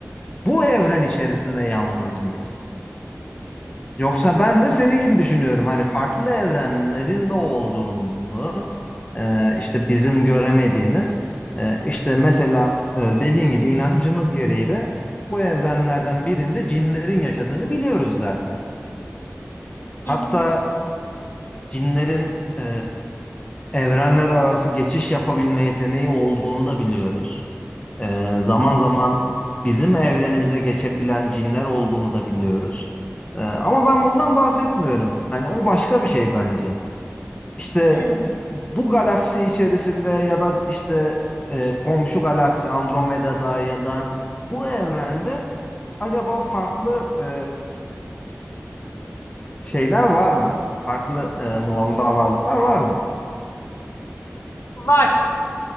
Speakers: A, on the left; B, on the left.
A: bu evren içerisinde yalnız mıyız? Yoksa ben de seni gibi düşünüyorum. Hani farklı evrenlerin de olduğunu e, işte bizim göremediğimiz e, işte mesela e, dediğin gibi inancımız gereği de bu evrenlerden birinde cinlerin yaşadığını biliyoruz zaten. Hatta
B: Hı hı.
A: cinlerin e, evrenler arası geçiş yapabilme yeteneği olduğunu da biliyoruz. Ee, zaman zaman bizim evrenimize geçebilen cinler olduğunu da biliyoruz. Ee, ama ben bundan bahsetmiyorum. Hani o başka bir şey bence. İşte
B: Hı.
A: bu galaksi içerisinde ya da işte e, komşu galaksi Andromeda'da ya da bu evrende acaba farklı e, şeyler var mı? Farklı e, normda varlıklar var mı?
B: Var.